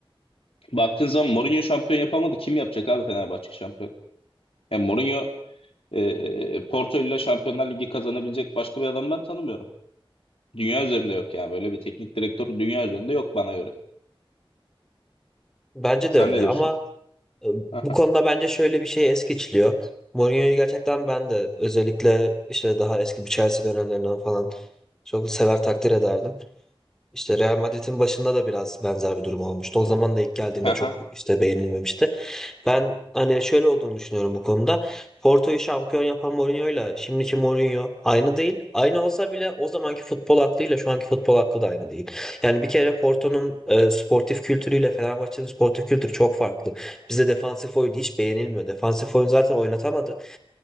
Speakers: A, on the left (about 75°); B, in the centre.
A: baktığın zaman Mourinho şampiyon yapamadı. Kim yapacak abi Fenerbahçe şampiyon? Yani Mourinho e, Porto ile Şampiyonlar Ligi kazanabilecek başka bir adam ben tanımıyorum. Dünya üzerinde yok yani böyle bir teknik direktör dünya üzerinde yok bana göre.
B: Bence
A: Sen
B: de öyle
A: ne diyorsun?
B: ama Ee,
A: <laughs> Aha,
B: Bu konuda bence şöyle bir şey es geçiliyor. Mourinho'yu gerçekten ben de özellikle işte daha eski bir Chelsea dönemlerinden falan çok sever takdir ederdim. İşte Real Madrid'in başında da biraz benzer bir durum olmuştu. O zaman da ilk geldiğinde
A: aha,
B: çok işte beğenilmemişti. Ben hani şöyle olduğunu düşünüyorum bu konuda. Porto'yu şampiyon yapan Mourinho'yla şimdiki Mourinho aynı değil. Aynı olsa bile o zamanki futbol aklıyla şu anki futbol aklı da aynı değil. Yani bir kere Porto'nun e, sportif kültürüyle Fenerbahçe'nin sportif kültürü çok farklı. Bizde defansif oyun hiç beğenilmiyor. Defansif oyun zaten oynatamadı